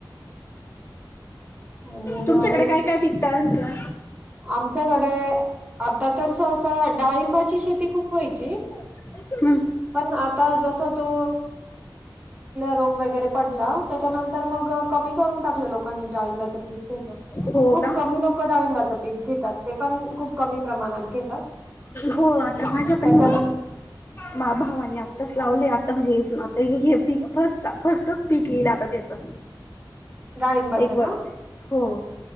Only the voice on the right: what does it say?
आणिया.
आमच्याकडे. आता तर सं डाळिंबाची शेती खूप व्हायची
पण आ. आता जस तो रोग वरे पडला त्याच्यानंतर म कमी करून टाकलं लोकांनी डाळिंबाचं पीक घेलं
खूप
कमी लोकं डाळिंबाचं पीक घेतात ते पण खूप कमी प्रमाणात घेतात.
त्याच्यानं
डाळिंबाचं
का?